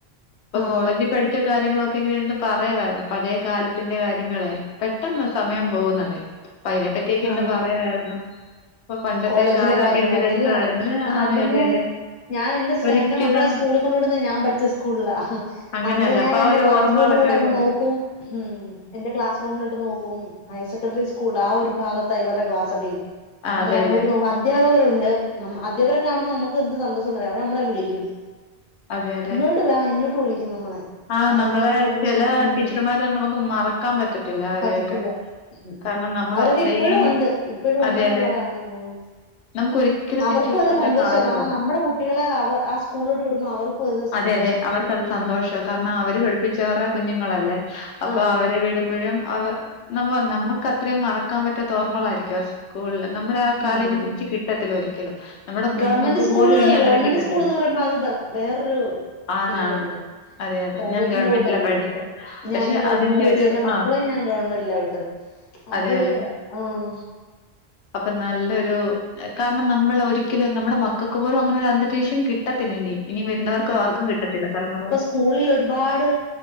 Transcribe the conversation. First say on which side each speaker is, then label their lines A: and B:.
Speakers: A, on the left (about 80°); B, on the left (about 55°).
A: ഇപ്പൊ
B: ആ
A: കോളേജിൽ പഠിച്ച കാര്യങ്ങളൊക്കെ ഇങ്ങനെ ഇരുന്നു പറയുവായിരുന്നു പഴയ കാലത്തിന്റെ കാര്യങ്ങളെ പെട്ടെന്ന് സമയം പോകുന്നതെ അപ്പം അയിനെ പറ്റിയൊക്കെ
B: ആ
A: ഇന്ന് പറയുമായിരുന്നു ഇപ്പൊ പണ്ടത്തെ
B: കോളേജിലെ
A: കാലൊക്കെ
B: കാര്യങ്ങളൊക്കെ
A: എന്ത് രസമായിരുന്നു
B: അല്ലയോ ആ
A: അതെ
B: പിന്നെ
A: അതെ അതെ
B: ഞാൻ എന്റെ
A: ഒരിക്കലും
B: എന്റെ മക്കളെ സ്കൂളിൽ കൊണ്ട് വിടുന്ന ഞാൻ പഠിച്ച സ്കൂളിലാ
A: അങ്ങനെയല്ല
B: അന്നേരം ഞാൻ
A: അപ്പൊ ആ
B: എന്റെ
A: ഒരു
B: ക്ലാസ്
A: ഓർമ്മകളൊക്കെ
B: റൂമിലോട്ട്
A: വരുമല്ലോ
B: ഒക്കെ നോക്കും ഉം എന്റെ ക്ലാസ് റൂമിലോട്ട് നോക്കും ഹയർ സെക്കൻ്ററി സ്കൂ കുള്ളാ ആ ഒരു ഭാഗത്താ ഇവരുടെ ക്ലാസ്സെക്കെ
A: ആ,
B: അന്നേരം
A: അതെല്ലേ
B: അങ്ങോട്ട് നോക്കും അധ്യാപകരുണ്ട് അധ്യാപക കാണുമ്പോ നമുക്ക് എന്ത് സന്തോഷംന്നറിയോ അവര്നമ്മളെ വിളിക്കും
A: അതെല്ലേ
B: ഇങ്ങോട്ട് വാ ഇങ്ങോട്ട് വിളിക്കും ക്കും നമ്മളെ അപ്പൊ
A: ആ
B: അതൊക്കെ
A: നമ്മളെ
B: ഒരു സന്തോഷാ
A: ചില
B: ഉം
A: ടീച്ചർമാരൊന്നും നമുക്ക് മറക്കാൻ പറ്റത്തില്ല അവരെയൊക്കെ
B: പറ്റത്തില്ല ഉം
A: കാരണം നമ്മൾ
B: അവരെക്കെ
A: അത്രയും
B: ഇപ്പോഴും ഉണ്ട് ഇപ്പോഴും ഉണ്ടെന്നുള്ളതാണ്
A: അതെല്ലേ
B: ഉം
A: നമുക്ക് ഒരിക്കലും
B: അവർക്കു
A: തിരിച്ചു കിട്ടാത്ത
B: ഒരു സന്തോഷാ
A: കാലം
B: കാരണം
A: അത്
B: നമ്മുടെ കുട്ടികളെ അവർ ആ സ്കൂളിലോട്ട് വിടുമ്പോ അവർക്കും ഒരു സന്തോ
A: ശെരിയാ അവർക്കത് സന്തോഷാ കാരണം അവര് പഠിപ്പിച്ചവരുടെ കുഞ്ഞുങ്ങളല്ലേ അപ്പൊ
B: ആഹ്
A: അവരെ വിടുമ്പഴും അവ നമ്മ നമുക്ക് അത്രയും മറക്കാൻ പറ്റാത്ത ഓർമ്മകളായിരിക്കും ആ സ്കൂളില് നമ്മുടെ ആ കാലം
B: ഉം
A: തിരിച്ച് കിട്ടത്തില്ല ഒരിക്കലും നമ്മടെ കുഞ്ഞുങ്ങൾക്ക്
B: ഗവൺമെന്റ് സ്കൂള്
A: പോലും ഇനി അങ്ങനെ
B: ഗവൺമെന്റ്
A: കിട്ടത്തില്ല
B: സ്കൂൾ എന്ന് പറയുമ്പോ അത് വേറൊരു
A: ആണാണ്
B: ഫീലല്ലേ
A: അതെ അതെ
B: പ്രൈവറ്റിന്റെ
A: ഞാൻ ഗവൺമെന്റിലാ
B: കൂട്ടല്ലല്ലോ
A: പഠിച്ചെ
B: ഞാനും
A: പക്ഷെ
B: ഗവൺമെൻ്റിലാ
A: അതിന്റെ
B: പഠിച്ചത്
A: ഒരു
B: എന്റെ മക്കളെയും
A: ആ
B: ഞാൻ ഗവൺമെൻ്റിലാ വിട്ടത് അത്
A: അതെല്ലേ
B: ആഹ്
A: അപ്പൊ നല്ല ല്ലൊരു കാരണം നമ്മൾ ഒരിക്കലും നമ്മുടെ മക്കൾക്ക് പോലും അങ്ങനെ ഒരു അന്തരീക്ഷം കിട്ടത്തില്ല ഇനി ഇനി വരുന്നവർക്ക് ആർക്കും കിട്ടത്തില്ല തലമുറ
B: സ്കൂളില് ഒരുപാട്